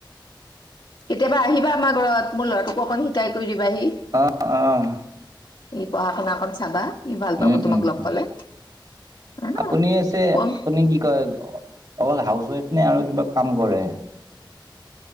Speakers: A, on the left; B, on the right.
A: কেতিয়াবা আহিবা আমাৰ ঘৰত, মোৰ লৰাটোকো অকন শিকাই কৰি দিবাহি।
B: অঁ অঁ।
A: ই পঢ়া শুনা কন চাবা, ই ভাল পাব
B: উম
A: তোমাক
B: উম
A: লগ
B: উম।
A: পালে। হা
B: আপুনি আছে,
A: ফোন
B: আপুনি কি কয় অকল হাউচ ৱাইফ নে আৰু কিবা কাম কৰে?